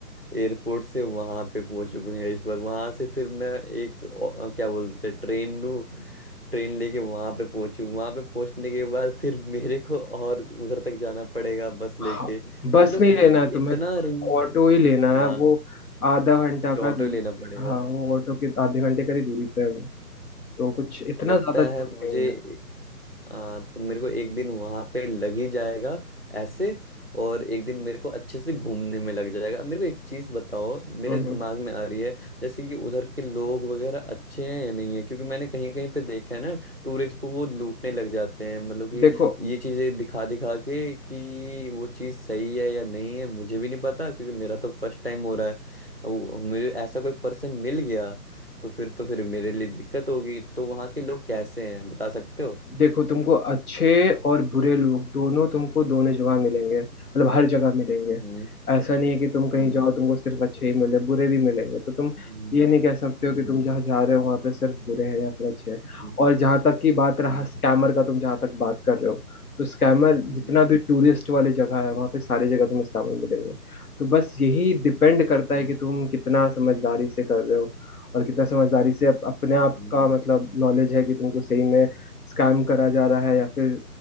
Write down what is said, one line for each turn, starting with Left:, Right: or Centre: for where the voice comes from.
Right: एयरपोर्ट से वहां पे पहुंच भुवनेश्वर वहां से फिर मैं एक अ, क्या बोलते हैं ट्रेन लूँ ट्रेन लेके वहां पे पहुंचू वहां पे पहुंचने के बाद फिर मेरे को और उधर तक जाना पड़ेगा बस लेके
Left: हाँ, बस
Right: मतलब
Left: नहीं लेना
Right: कि
Left: है तुम्हें
Right: इतना रिंग
Left: ऑटो ही लेना
Right: हाँ
Left: है वो आधा घंटा
Right: अच्छा ऑटो
Left: का दूर
Right: लेना पड़ेगा
Left: हाँ वो ऑटो के आधे घंटे का ही दूरी पे है वो तो कुछ इतना
Right: लगता
Left: ज्यादा दूर
Right: है मुझे
Left: नहीं है
Right: ए- हाँ तो मेरे को एक दिन वहां पे लग ही जाएगा ऐसे और एक दिन मेरे को अच्छे से घूमने में लग जाएगा मेरे को एक चीज बताओ मेरे
Left: हम्म
Right: दिमाग
Left: हम्म।
Right: में आ रही है जैसे कि उधर के लोग वगैरह अच्छे हैं या नहीं है क्योंकि मैंने कहीं कहीं पे देखा है ना टूरिस्ट को वो लूटने लग जाते हैं मतलब कि
Left: देखो
Right: ये चीजें दिखा दिखा के कि वो चीज सही है या नहीं है मुझे भी नहीं पता क्योंकि मेरा तो फर्स्ट टाइम हो रहा है वो- मुझे ऐसा कोई पर्सन मिल गया तो फिर तो फिर मेरे लिए दिक्कत होगी तो वहाँ के लोग कैसे हैं बता सकते हो
Left: देखो तुमको अच्छे और बुरे लोग दोनों तुमको दोनों जगह मिलेंगे मतलब हर जगह मिलेंगे
Right: हम्म।
Left: ऐसा नहीं है कि तुम कहीं
Right: हम्म
Left: जाओ तुमको सिर्फ अच्छे ही मिले बुरे भी मिलेंगे तो तुम
Right: हम्म,
Left: ये नहीं कह सकते हो
Right: हम्म,
Left: कि तुम जहाँ जा रहे हो वहाँ पे सिर्फ बुरे हैं या फिर अच्छे हैं
Right: हम्म,
Left: और जहाँ तक की बात रहा
Right: हम्म,
Left: स्कैमर का तुम जहाँ तक बात कर रहे हो तो स्कैमर
Right: हम्म,
Left: जितना भी टूरिस्ट वाली जगह है वहाँ पे सारी जगह तुम्हें स्कैमर मिलेंगे तो बस यही डिपेंड करता
Right: हम्म,
Left: है कि तुम कितना समझदारी से कर रहे हो और कितना समझदारी से अप, अपने आप
Right: हम्म,
Left: का मतलब नॉलेज है कि तुमको सही में स्कैम करा जा रहा है या फिर